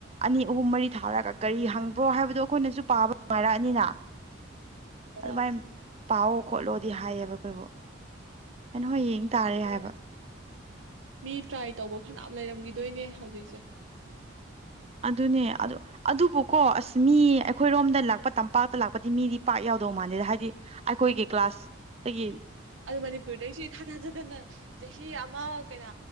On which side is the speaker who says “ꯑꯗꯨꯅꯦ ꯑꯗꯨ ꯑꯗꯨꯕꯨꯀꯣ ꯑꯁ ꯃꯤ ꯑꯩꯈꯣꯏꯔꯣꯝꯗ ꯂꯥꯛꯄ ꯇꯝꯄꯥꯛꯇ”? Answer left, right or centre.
Right